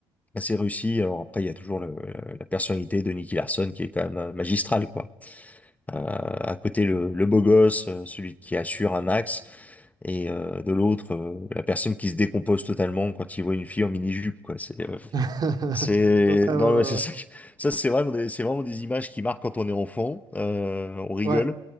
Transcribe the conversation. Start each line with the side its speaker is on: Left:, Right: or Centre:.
Left: assez réussi. Alors après, il y a toujours le- le- la personnalité de Nicky Larson qui est quand même euh, magistrale, quoi. Euh, à côté, le, le beau gosse, euh, celui qui assure un max, et euh, de l'autre, euh, la personne qui se décompose totalement quand il voit une fille en mini-jupe, quoi. C'est, euh,
Right: <laughs>
Left: c'est,
Right: Ouais, ouais, ouais,
Left: non, mais c'est
Right: ouais.
Left: ça, que- ça c'est vraiment, des- c'est vraiment des images qui marquent quand on est enfant. Euh, on rigole
Right: Ouais,